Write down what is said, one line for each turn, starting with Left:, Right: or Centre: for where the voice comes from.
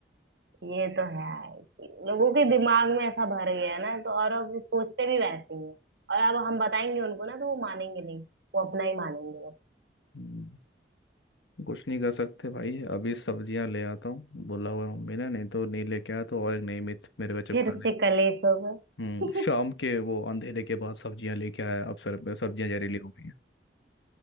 Right: ये तो है कि लोगों के दिमाग में ऐसा भर गया है ना तो और अब वो सोचते भी वैसे ही हैं। और अब हम बताएंगे उनको ना तो वो मानेंगे नहीं वो अपना ही मानेंगे बस।
Left: हम्म, कुछ नहीं कर सकते
Right: हम्म।
Left: भाई अभी सब्जियां ले आता हूँ बोला हुआ है मम्मी ने नहीं तो नहीं लेके आया तो और एक नई मिथ मेरे पे चिपका
Right: फिर से कलेश होगा
Left: हम्म
Right: <laughs>
Left: शाम के वो अंधेरे के बाद सब्जियां लेके आया अब सर सब्जियां जहरीली हो गई हैं